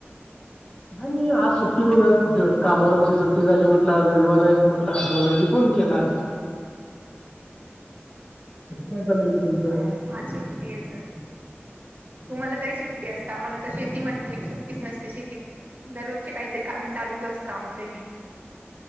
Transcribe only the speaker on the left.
नाही आज सुट्टी बघा, कामावरची सुट्टी झाली, म्हटलं आज रविवार आहे, म्हटलं आठवण आली फोन केला. काय चाललंय मग तुमचं?